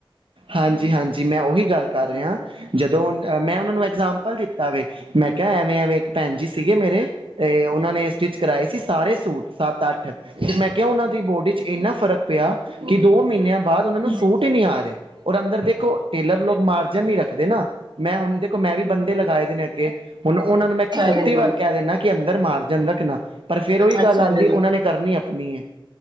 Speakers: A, on the right (about 80°); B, on the right (about 60°).
A: ਹਾਂਜੀ, ਹਾਂਜੀ ਮੈਂ ਉਹੀ ਗੱਲ ਕਰ ਰਿਹਾ, ਜਦੋਂ ਮੈਂ ਉਹਨਾਂ ਨੂੰ ਐਗਜਾਮਪਲ ਦਿੱਤਾ ਵੇ ਮੈਂ ਕਿਹਾ ਐਵੇਂ-ਐਵੇਂ ਭੈਣ ਜੀ ਸੀਗੇ ਮੇਰੇ ਤੇ ਉਹਨਾਂ ਨੇ ਸਟਿਚ ਕਰਾਏ ਸੀ ਸਾਰੇ ਸੂਟ ਸੱਤ ਅੱਠ ਮੈਂ ਕਿਹਾ ਉਹਨਾਂ ਦੀ ਬੋਡੀ ਚ ਇੰਨਾ ਫਰਕ ਪਿਆ ਕਿ ਦੋ ਮਹੀਨਿਆਂ ਬਾਦ ਓਨਾਂ ਨੂੰ
B: ਅੱਛਾ
A: ਸੂਟ ਈ ਨੀ ਆ ਰੇ, ਓਰ ਅੰਦਰ ਦੇਖੋ ਟੇਲਰ ਲੋਕ ਮਾਰਜਨ ਨੀ ਰੱਖਦੇ ਨਾ। ਮੈਂ ਹੁਣ ਦੇਖੋ ਮੈਂ ਵੀ ਬੰਦੇ ਲਗਾਏ ਦੇ ਨੇ ਅੱਗੇ, ਹੁਣ ਓਹਨਾਂ ਨੂੰ ਮੈਂ ਛੱਤੀ
B: ਜੀ।
A: ਵਾਰ ਕਹਿ ਦਿੰਨਾ। ਕੇ ਅੰਦਰ ਮਾਰਜਨ ਰੱਖਣਾ, ਪਰ ਫੇਰ ਓਹੀ
B: ਅੱਛਾ
A: ਗੱਲ ਆਂਦੀ
B: ਜੀ,
A: ਓਹਨਾਂ ਨੇ ਕਰਨੀ ਆਪਣੀ ਐ।